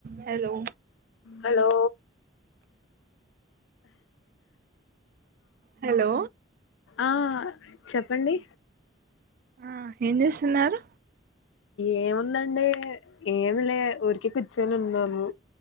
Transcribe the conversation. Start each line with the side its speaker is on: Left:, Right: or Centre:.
Right: హలో
Left: హలో
Right: హలో
Left: ఆ చెప్పండి
Right: ఆ ఏం చేస్తున్నారు
Left: ఏముందండి ఏమి లే ఊరికే కూర్చోనీ ఉన్నాము